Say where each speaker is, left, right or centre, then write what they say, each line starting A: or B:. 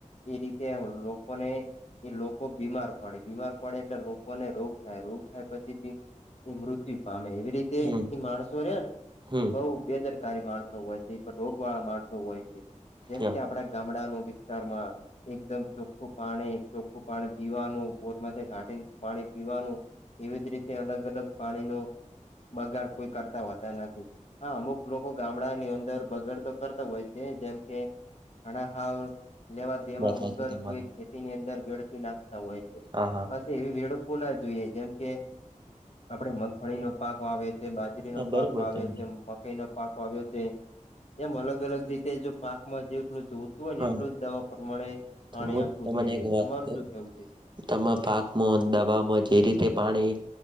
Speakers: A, on the left; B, on the right.
A: એ રીતે લોકોને એ લોકો બીમાર પડે. બીમાર પડે એટલે લોકોને રોગ થાય રોગ થાય પછી, તે એ મૃત્યુ પામે. એવી રીતે
B: હમ
A: એ માણસો રેને
B: હમ
A: એ બહુ બેદર કારી માણસો હોય છે, રોગ વાળા માણસો હોય છે. જેમ
B: હા,
A: કે આપડા ગામડાનું વિસ્તારમાં એકદમ ચોખ્ખું પાણી, ચોખ્ખું પાણી પીવાનું બોરમાંથી કાઢીને પાણી પીવાનું એવી જ રીતે અલગ અલગ પાણીનું બગાડ કોઈ કરતા હોતા નથી. હા અમુક લોકો ગામડા ની અંદર બગડતો કરતા હોય છે, જેમ કે ઘણા ખાવ લેવા દેવા
B: વાત સાચી
A: વગર
B: તમારી
A: કોઈ ખેતીની અંદર વેડફી નાખ હોય છે.
B: હા હા
A: <inaudible> એવી વેડફૂંના જોઈએ જેમ કે આપડે મગફળીનો પાક વાવે બાજરીનો
B: હા બરોબર
A: પાક આવે
B: તમને
A: છે મકાઈ નો પાક વાવ્યો છે. એમ અલગ અલગ રીતે જો પાકમાં જેટલું જો જોતું હોય ને
B: હા
A: એટલું જ દવા પ્રમાણે
B: તો
A: પાણી
B: હું
A: આપવું
B: તમને
A: જોઈએ
B: એક વાત
A: તમારું
B: કહ
A: શું કેવું છે.
B: તમા પાકમાં દવામાં જે રીતે પાણી.